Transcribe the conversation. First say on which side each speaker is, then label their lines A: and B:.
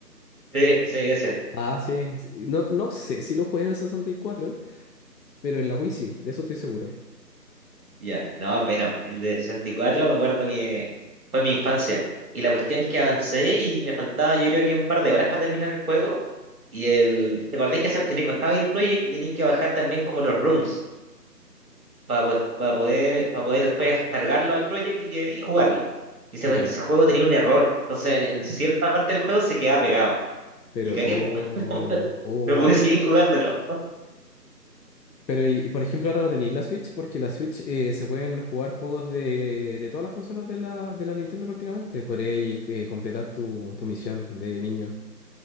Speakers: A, on the right; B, on the left.
A: Sí, sí, ese.
B: Ah, sí. sí. No, no sé si lo jugué en el 64 pero en la Wii sí, de eso estoy seguro.
A: Ya, No, bueno, el de 64 me acuerdo que fue mi infancia. Y la cuestión es que avancé y me faltaba yo creo que un par de horas para terminar el juego. Y el, ¿te acordáis que se- tenéis bajaba ahí el Project y tenéis que bajar también como los rooms? para, poder para poder, para poder después cargarlo al project y, que- y jugarlo. Y ese,
B: ya
A: ese juego tenía un error, entonces en, en cierta parte del juego se quedaba pegado.
B: Pero
A: Y cagué,
B: cómo.
A: pues, <laughs> no
B: Oh.
A: no pude seguir jugándolo.
B: Pero y, y, por ejemplo ahora no tenéis la Switch porque la Switch eh, se pueden jugar juegos de, de todas las consolas de la, de la Nintendo prácticamente. Podríais eh, completar tu, tu misión de niño.